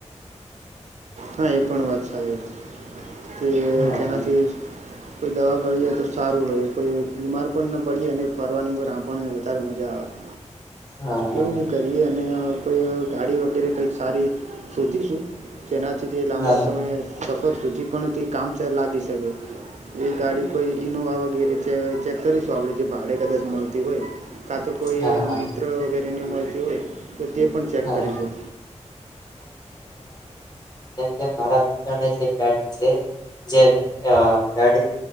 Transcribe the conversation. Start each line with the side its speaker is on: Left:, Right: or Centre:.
Right: હા એ પણ વાત સારી છે કે
Left: આવે
Right: તેનાથી કોઈ દવા ગળ હોય તો સારું રહે કોઈ બીમાર પણ ન પડી અને ફરવાની ઉપર આપણને વધારે મજા આવે
Left: હા હા
Right: એવું જ કરીએ અને કોઈ ગાડી વગેરે કઈક સારી શોધીશું જેનાથી તે લાંબા
Left: હા
Right: સમયે
Left: હા
Right: સફર થથી પણ તે કામચ લાગી શકે એ ગાડી કોઈ ઈનોવા વગેરે છે ચેક કરીશું આપણેે જે ભાડે કદાચ મળતી હોય કા તો કોઈ
Left: હા હા હા
Right: મિત્ર વગેરે ની મળતી હોય તે પણ ચેક
Left: હા
Right: કરીશું
Left: હા રા મિત્રડી છે જે ગાડીમ